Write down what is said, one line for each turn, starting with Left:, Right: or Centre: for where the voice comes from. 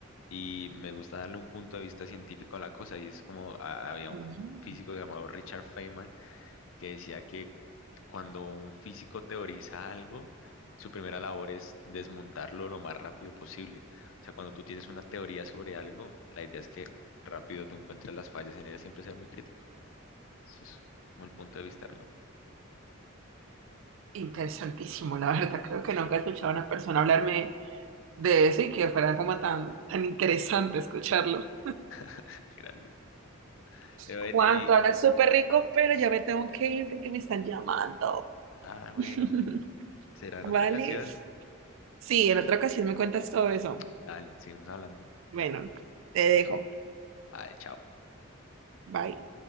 Left: y me gusta darle un punto de vista científico a la cosa y es como ah, había
Right: Mm,
Left: un físico llamado Richard Feynman que decía que cuando un físico teoriza algo, su primera labor es desmontarlo lo más rápido posible. O sea, cuando tú tienes una teoría sobre algo, la idea es que rápido tú encuentres las fallas en ella, siempre ser muy crítico. Eso es como el punto de vista mío.
Right: Interesantísimo, la verdad. Creo que nunca he escuchado a una persona hablarme de eso y que fuera como tan, tan interesante escucharlo.
Left: <laughs> Gracias. Eh, bueno,
Right: Juan,
Left: eh,
Right: tú hablas súper rico, pero ya me tengo que ir porque me están llamando.
Left: ah, bueno,
Right: <laughs>
Left: será
Right: ¿Vale?
Left: en otra canción.
Right: Sí, en otra ocasión me cuentas todo eso.
Left: Dale, seguimos hablando.
Right: Bueno, te dejo.
Left: Vale, chao.
Right: Bye.